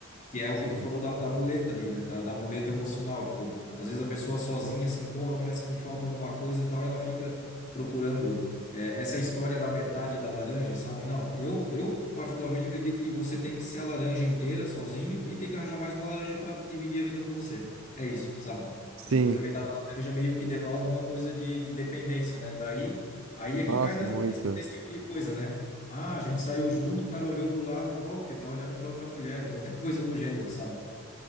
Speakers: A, on the left; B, on the right.
A: Que é o
B: Sim.
A: que tu falou da, da muleta ali, né? Da, da muleta emocional. Tipo, às vezes a pessoa sozinha, assim, porra, parece que me falta alguma coisa, tal, ela fica procurando é, essa história da metade da laranja, sabe? Não, eu, eu particularmente acredito que você tem que ser a laranja inteira, sozinho, e tem que arranjar mais uma laranja para dividir a vida com você. É isso, sabe?
B: Sim.
A: Essa coisa da metade da laranja meio que denota uma coisa de, de dependência, né? Daí, aí é que
B: Nossa,
A: cai nas-
B: muito.
A: nesse, nesse tipo de coisa, né? Ah, a gente saiu junto, o cara olhou pro lado, pô, porque tá olhando pra outra mulher, ou qualquer <laughs> coisa do gênero, sabe?